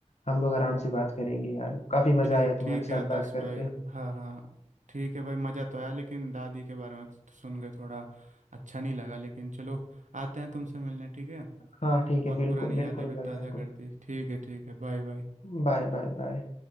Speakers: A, on the left; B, on the right.
A: हम लोग आराम से बात करेंगे यार काफी मजा
B: ठीक
A: आया तुम्हारे
B: ठीक
A: साथ
B: है आदर्श
A: बात करके
B: भाई हाँ हाँ ठीक है भाई मज़ा तो आया लेकिन दादी के बारे में तो सुन के थोड़ा अच्छा नहीं लगा लेकिन चलो आते हैं तुमसे मिलने ठीक है
A: हाँ ठीक
B: बहुत
A: है बिल्कुल
B: पुरानी
A: बिल्कुल
B: यादें भी ताज़ा
A: भाई बिल्कुल
B: कर दी ठीक है ठीक है बाय बाय
A: Bye bye bye